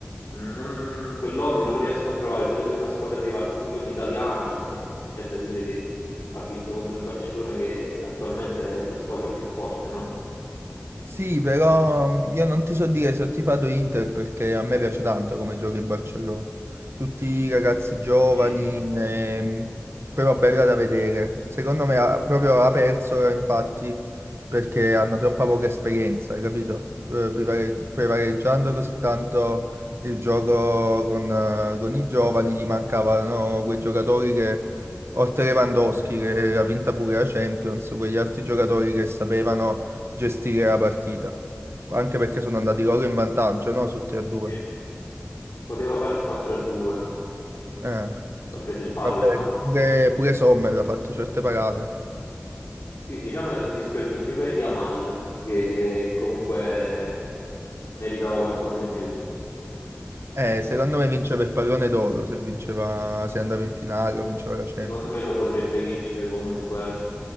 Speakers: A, on the left; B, on the right.
A: non- quell'odio non lo riesco a provare, pure se è una squadra rivale, comunque è un'italiana e c'è da dire che ha vinto contro il Barcellona che attualmente è la squadra più forte, no?
B: Sì, però mh, io non ti so dire se ho tifato Inter perché a me piace tanto come gioca il Barcellona. Tutti i ragazzi giovani,
A: Sì.
B: ehm, però bella da vedere. Secondo me ha, proprio ha perso, ora, infatti, perché hanno troppa poca esperienza, hai capito? Eh, prevare- prevaleggiando così tanto il gioco con, eh, con i giovani, gli mancavano quei giocatori che, oltre Lewandowski, che ha vinto pure la Champions, quegli altri giocatori che sapevano gestire la partita, anche perché sono andati loro in vantaggio, no? Sul 3-2.
A: Sì. Poteva fare il 4-2,
B: Eh,
A: ha preso il palo
B: vabbè,
A: Yamal.
B: che pure, pure Sommer ha fatto certe parate.
A: Sì, diciamo è dispiaciuto più per Yamal, che, che comunque meritava qualcosa in più. Mm.
B: Eh, secondo me vinceva il pallone d'oro se vinceva, se andava in finale o vinceva la Champions.
A: Secondo me lo potrebbe vincere comunque